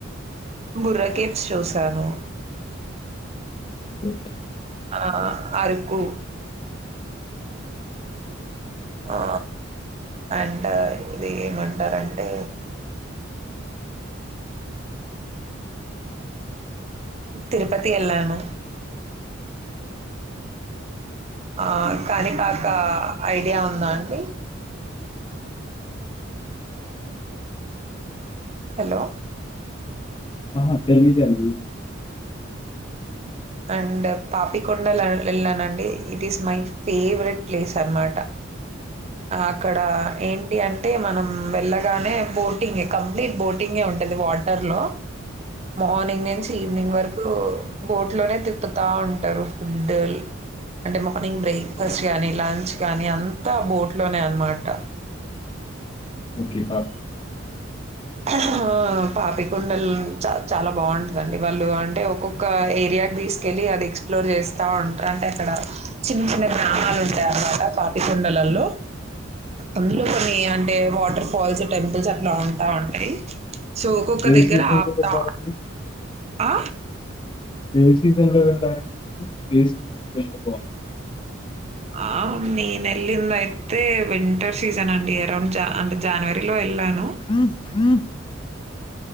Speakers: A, on the right; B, on the left.
A: బుర్ర కేవ్స్ చూశాను
B: ఓకే
A: ఆ అరుకు ఆ అండ్ ఇది ఏమంటారంటే తిరుపతి ఎళ్ళాను ఆ కానిపాక ఐడియా ఉందా అండి హలో
B: ఆహా తెలీదు అండి
A: అండ్ పాపికొండలు వెళ్ళానండి. It is my favourite place అన్నమాట. అక్కడ ఏంటి అంటే మనం వెళ్ళగానే బోటింగ్ కంప్లీట్ బోటింగ్, టింగ్ ఏ ఉంటది వాటర్ లో మార్నింగ్ నుంచి ఈవినింగ్ వరకు బోట్ ట్లోనే తిప్పుతా ఉంటారు డల్ అంటే మార్నింగ్ బ్రేక్ఫాస్ట్ కానీ, లంచ్ కానీ అంతా బోట్ లోనే అన్నమాట.
B: ఓకే బ
A: ఆ పాపికండలు చ చాలా బాగుంటదండి వాళ్ళు అంటే ఒక్కొక్క ఏరియా, తీసుకెళ్ళి అది ఎక్స్ప్లోర్ చేస్తా ఉంటారు. అంటే అక్కడ చిన్న చిన్న గ్రామాలు ఉంటాయి. అన్నమాట పాపిక్, పాపి కొండలలో అందులో కొన్ని అంటే వాటర్ ఫాల్స్ టెంపుల్స్ అట్లా ఉంట్ ట ఉంటాయి సో ఒక్కొక్క
B: ఏ
A: దగ్గర
B: సీజన్లో
A: ఆప్తా
B: వెళ్ళారండి
A: ఆ
B: ఏ సీజన్లో వెళ్లడానికి, ఏ సీజన్ వెళ్లారు
A: ఆ నేన వెళ్ళింది అయితే వింటర్ సీజన్ అండి, అరౌండ్ అంటే జనవరిలో వెళ్ళాను.
B: ఆ ఆ